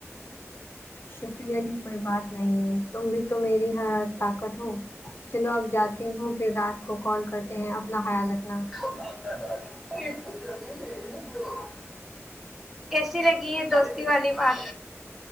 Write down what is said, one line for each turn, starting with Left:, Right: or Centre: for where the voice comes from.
Left: شکریہ کی کوئی بات نہیں ہے تم بھی تو میری ہا طاقت ہو چلو اب جاتی ہوں پھر رات کو کال کرتے ہیں اپنا خیال رکھنا
Centre: <unintelligible> کیسی لگی ہے دوستی والی بات